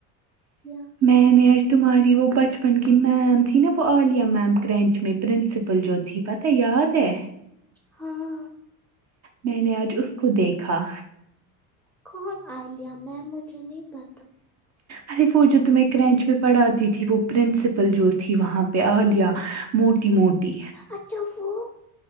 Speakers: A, in the centre; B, on the right.
A: یا
B: میں نے آج تمہاری وہ بچپن کی میم تھی نا وہ عالیہ میم کرنچ میں پرنسپل جو تھی پتہ یاد ہے
A: ہاں
B: میں نے آج اس کو دیکھا
A: کون عالیہ مں میم مجھے نہیں پتا
B: ارے وہ جو تم کرنچ پہ پڑھاتی تھی وہ پرنسپل جو تھی وہاں پہ عالیہ موٹی موٹی
A: اچھا وہ